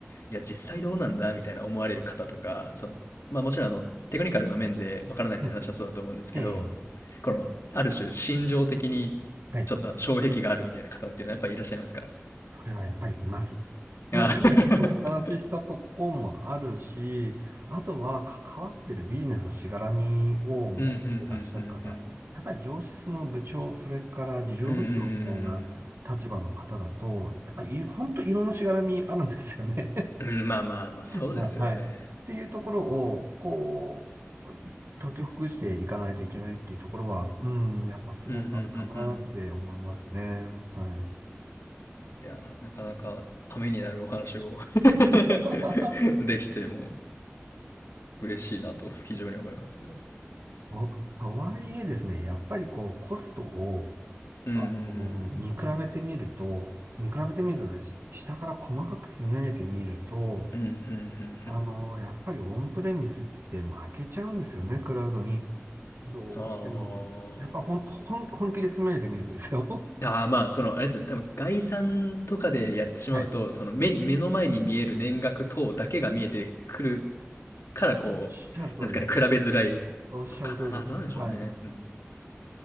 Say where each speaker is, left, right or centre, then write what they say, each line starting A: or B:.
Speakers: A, on the left (about 70°); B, on the right (about 55°).
A: いや、実際どうなんだみたいな思われる方とか、その、まあもちろんあの、テクニカルな面でわからないっていう話はそうだと思うんですけど、
B: うん、ええ、
A: この、ある種、心情的に、
B: はい。
A: ちょっと障壁があるみたいな方っていうのはやっぱりいらっしゃいますか
B: それはやっぱりいます。まあ、
A: あー
B: 今ちょっとお話ししたとこもあるし、あとは関わってるビジネスのしがらみを持ってらっしゃる方、
A: うん、<laughs> うん、うん、うん、うん。
B: やっぱり上司の部長、それから事業部長みたいな立場の方だと、
A: うん、うん、うん
B: やっぱりい本当いろんなしがらみあるんですよね。
A: うん。うん、まあまあまあ、そうですよね。
B: まあ、はい。っていうところを、こう、解きほぐしていかないといけないっていうところは、うん、やっぱすごくあるかなって思いますね。
A: うん、うん、うん、うん。
B: はい。
A: いや、なかなかためになるお話を
B: <laughs>
A: <laughs> できて、もう嬉しいなと非常に思いますね。
B: と、とはいえですね、やっぱりこう、コストを、
A: うん、
B: あの、
A: うん、うん。
B: 見比べてみると、見比べてみるとね、し下から細かく積み上げてみると、
A: うん、うん、うん、う
B: あの、
A: ん
B: やっぱりオンプレミスって負けちゃうんですよね、クラウドに。どうしても。
A: あ
B: やっぱほん、ほん、本気で詰められてみるとですよ。
A: あああ、まあ、その、あれですね、多分概算とかでやってしまうと、
B: <laughs> はい。
A: その目、目の前に見える年額等だけが見えてくるから、こう、
B: おっしゃる通り。
A: なんですかね、比べづらいのかな。
B: おっしゃる通り。
A: どうなんでしょうね。
B: はい。
A: うん、